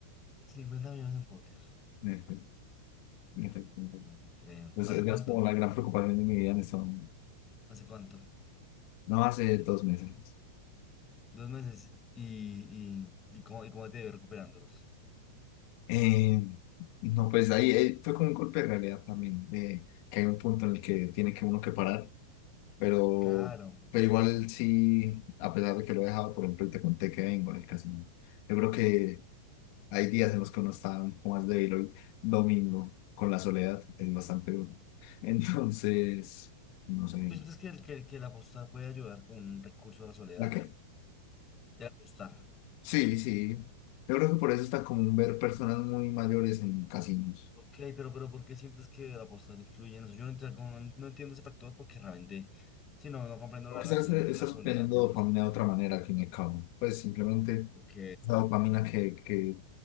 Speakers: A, on the left; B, on the left.
A: cincuenta millones en póker,
B: En efecto, en efecto, en efecto.
A: no te creo.
B: Pues
A: ¿Hace
B: esa
A: cuánto?
B: es como la gran preocupación de mi vida en eso.
A: ¿Hace cuánto?
B: No hace dos meses.
A: Dos meses y, y, y, cómo, y cómo te ves recuperándolos.
B: Eh, no, pues ahí eh, fue como un golpe de realidad también, de que hay un punto en el que tiene que uno que parar, pero,
A: Claro.
B: pero igual sí, a pesar de que lo he dejado, por ejemplo, y te conté que vengo del casino, yo creo que hay días en los que uno está un poco más débil hoy, domingo, con la soledad, es bastante duro. <laughs> Entonces, no sé,
A: ¿Tú sientes que el, que, el que el apostar puede ayudar como un recurso a la soledad?
B: ¿la qué?
A: El apostar.
B: Sí, sí, yo creo que por eso está común ver personas muy mayores en casinos.
A: Ok, pero, pero ¿por qué sientes que el apostar influye en eso? Yo no, ent- como no no entiendo ese factor porque realmente, si no, no comprendo
B: Porque
A: la relación
B: estás, estás
A: entre la soledad
B: obteniendo
A: y apostar.
B: dopamina de otra manera, al fin y al cabo. Pues simplemente
A: Ok,
B: la dopamina que, que